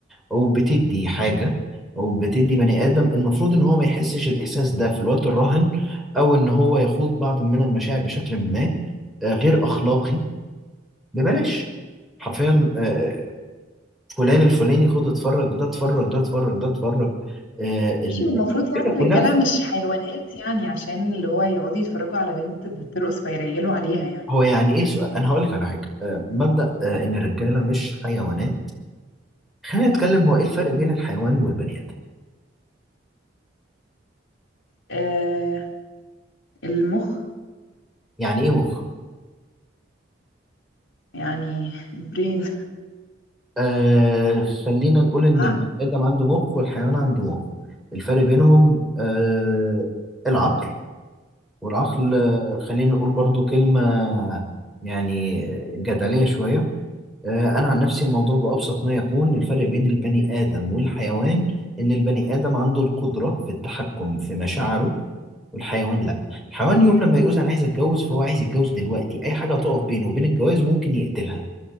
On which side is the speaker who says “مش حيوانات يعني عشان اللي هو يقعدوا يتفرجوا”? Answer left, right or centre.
Left